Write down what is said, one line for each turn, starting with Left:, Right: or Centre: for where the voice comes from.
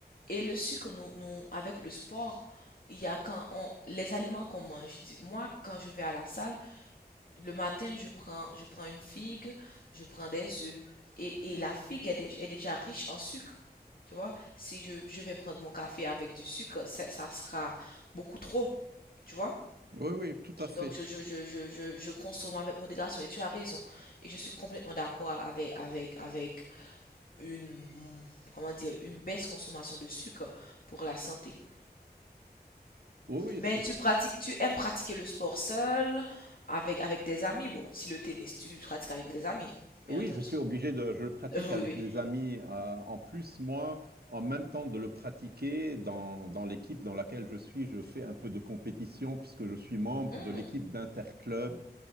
Left: Et le sucre, nous, nous, avec le sport, il y a quand on, les aliments qu'on mange. Dis- Moi, quand je vais à la salle, le matin, je prends, je prends une figue, je prends des œufs. Et, et la figue est, dé- est déjà riche en sucre. Tu vois, si je, je vais prendre mon café avec du sucre, ça, ça sera beaucoup trop. Tu vois?
Right: Oui, oui, tout à fait.
Left: Donc, je, je, je, je, je, je consomme avec modération. Et tu as raison. Et je suis complètement d'accord avec, avec, avec une, comment dire, une baisse consommation de sucre pour la santé.
Right: Oui, oui,
Left: Mais
Right: c'est-
Left: tu pratiques, tu aimes pratiquer le sport seul, avec, avec des amis. Bon, si le tennis, tu pratiques avec des amis, bien
Right: oui,
Left: entendu.
Right: je suis obligé de, je le pratique
Left: <laughs> Oui,
Right: avec
Left: oui.
Right: des amis. Euh, en plus, moi, en même temps de le pratiquer, dans, dans l'équipe dans laquelle je suis, je fais un peu de compétition puisque je suis membre
Left: Hmm,
Right: de l'équipe d'Interclub